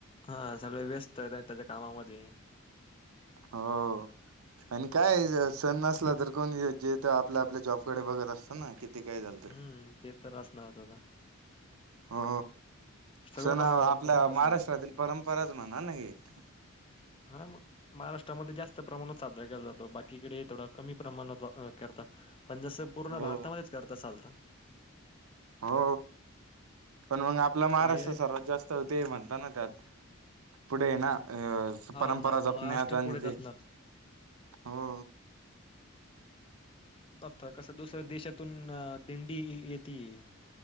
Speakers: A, on the left; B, on the right.
A: हा सगळे व्यस्त राहतात. कामामध्ये.
B: हो आणि काय सण नसला तर कोण येथ आपल्या आपल्या जॉबकडे बघत असत ना. किती काय झालं तरी
A: हम्म ते तर असणार दादा.
B: हो.
A: सगळं
B: सण
A: बघावं
B: हा
A: लागतं
B: आपल्या
A: ना
B: महाराष्ट्रातील
A: असं
B: परंपराच म्हणा ना एक.
A: हा मग महाराष्ट्रामध्ये जास्त प्रमाणात साजरा केला जातो बाकीकडे. थोडा कमी प्रमाणात. करता पण जस पूर्ण
B: हो
A: भारतामध्येच करता साजरा.
B: हो. पण मग आपला महाराष्ट्र
A: बाहेर
B: सर्वात जास्त होते, म्हणत ना त्यात. पुढे येना अ
A: हा
B: परंपरा
A: मा-
B: जपण्यात
A: महाराष्ट्र
B: आणि
A: पुढेच
B: ते
A: असणार
B: हो.
A: बघताय कसं दुसऱ्या देशातून आ दिंडी ये येतीय,